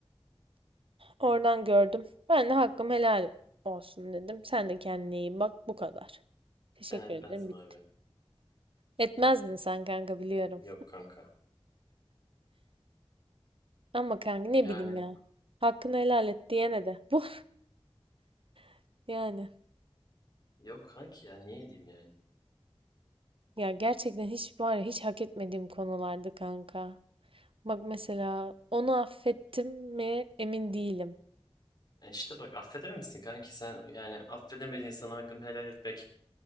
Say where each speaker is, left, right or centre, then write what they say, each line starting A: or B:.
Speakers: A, on the right; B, on the left.
A: Oradan gördüm. Ben de hakkım helal olsun dedim. Sen de kendine iyi bak. Bu kadar. Teşekkür
B: Ben etmezdim
A: ederim. Bitti.
B: abi.
A: Etmezdin sen kanka biliyorum.
B: Yok kanka.
A: Ama kanka ne
B: Yani
A: bileyim ya. Hakkını helal et diyene de. Bu <laughs> yani.
B: yok kanki ya niye diyeyim yani.
A: Ya gerçekten hiç var ya hiç hak etmediğim konulardı kanka. Bak mesela onu affettim mi emin değilim.
B: E işte bak affedemem misin kanki sen yani affedemediğin sana hakkını helal etmek